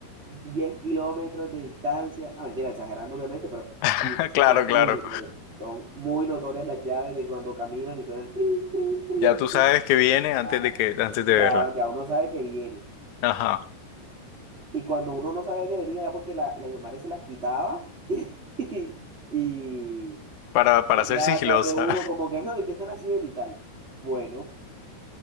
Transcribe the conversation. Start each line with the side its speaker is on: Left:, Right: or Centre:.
Right: 10 kilómetros de distancia. No, mentira, exagerando obviamente, pero
Left: <laughs>
Right: sí, sí
Left: Claro,
Right: son
Left: claro.
Right: muy notorias. Son muy notorias las llaves de cuando caminan y suena el trin, trin, trin,
Left: Ya tú
Right: trin.
Left: sabes que viene antes
Right: Claro.
Left: de que, antes
Right: Ya,
Left: de verla.
Right: ya uno sabe que viene.
Left: Ajá.
Right: Y cuando uno no sabía que venía era porque la, la mi madre se las quitaba <laughs> y, y
Left: Para, para
Right: llegaba
Left: ser sigilosa.
Right: atrás de uno como que, "Ay, ¿qué están haciendo? y tal. Bueno,